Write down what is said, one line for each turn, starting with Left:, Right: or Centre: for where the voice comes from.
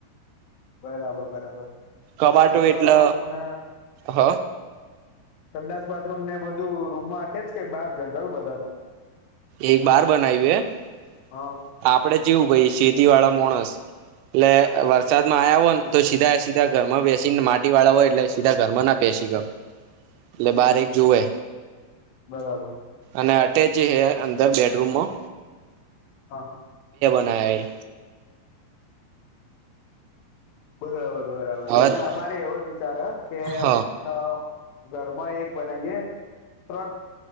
Left: બરાબર બરાબર ને
Right: કબાટો
Left: સંડસ
Right: એટલે
Left: બાથરૂમ ને
Right: હ
Left: સંડાસ બાથરૂમ ને બધું રૂમમાં અટ્ટાચ્ચજ કે બાર જનરલ બધાનું
Right: એક બાર બનાવ્યું હે
Left: હા
Right: આપણેે જેવું ભઈ સિટી વાળા મોંણસ એટલે
Left: હમ
Right: વરસાદમાં આયા હો ને તો સીધા સીધા ઘરમાં બેસી ને માટી વાળા હોય એટલે સીધા ઘરમાં ના બેસી જાવ. એટલે
Left: હમ
Right: બારીક
Left: હમ.
Right: જુવે
Left: બરાબર
Right: અને અટેચ હે અંદર બેડરૂમમાં
Left: હા
Right: ના ઈ
Left: બરાબર બરાબર
Right: હે
Left: એટલે
Right: હવે
Left: અમારે એવો જ વિચાર હે કે
Right: હ
Left: અ ઘરમાં એક બનાઈએ ત્રણ